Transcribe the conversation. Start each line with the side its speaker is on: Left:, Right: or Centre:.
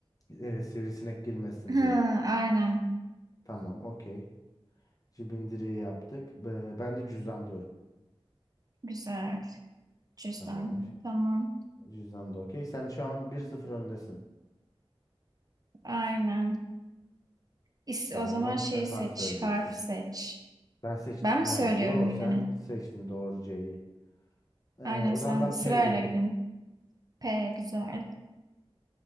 Left: Ee, sivrisinek girmesin
Right: Ha,
Left: diye.
Right: aynen.
Left: Tamam okey. Cibindiriği yaptık. Be- Ben de cüzdan diyorum.
Right: Güzel. Cüzdan.
Left: Tamam.
Right: Tamam.
Left: Cüzdan da okey. Sen şu an bir sıfır öndesin.
Right: Aynen. İs-
Left: Tamam
Right: o zaman
Left: o zaman
Right: şey
Left: sen harf
Right: seç.
Left: söyleyeceksin.
Right: Harf seç.
Left: Ben seç
Right: Ben mi
Left: ya
Right: söylüyorum
Left: yo
Right: yine?
Left: sen seçtin doğru C'yi. Ee,
Right: Aynen
Left: o
Right: sen
Left: zaman ben
Right: sırayla
Left: P diyorum.
Right: gidin. P güzel.